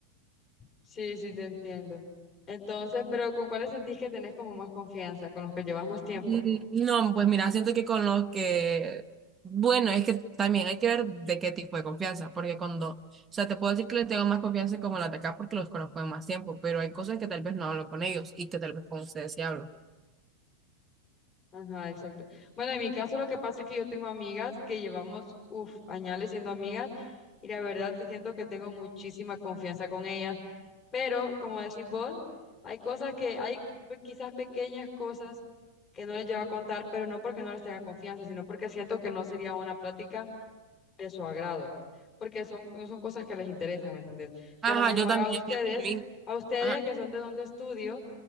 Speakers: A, on the left (about 30°); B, on the right (about 15°).
A: Sí, sí, te entiendo. Entonces, pero ¿con cuáles sentís que tenés como más confianza? ¿Con los que llevas más tiempo?
B: Mm, No, pues mira, siento que con los que, bueno, es que también hay que ver de qué tipo de confianza, porque cuando, o sea, te puedo decir que les tengo más confianza como la de acá porque los conozco de más tiempo, pero hay cosas que tal vez no hablo con ellos y que tal vez con ustedes sí hablo.
A: Ajá, exacto. Bueno, en mi caso lo que pasa es que yo tengo amigas que llevamos, uff, añales siendo amigas y la verdad sí siento que tengo muchísima confianza con ellas, pero como decís vos, hay cosas que, hay pe- quizás pequeñas cosas que no les llevo a contar, pero no porque no les tenga confianza, sino porque siento que no sería una plática. de su agrado, porque son, no son cosas que les interesan, ¿me entendés?
B: Ajá,
A: Que a lo mejor
B: yo también
A: a ustedes,
B: siento lo mismo.
A: a ustedes
B: Ajá,
A: que son de donde estudio,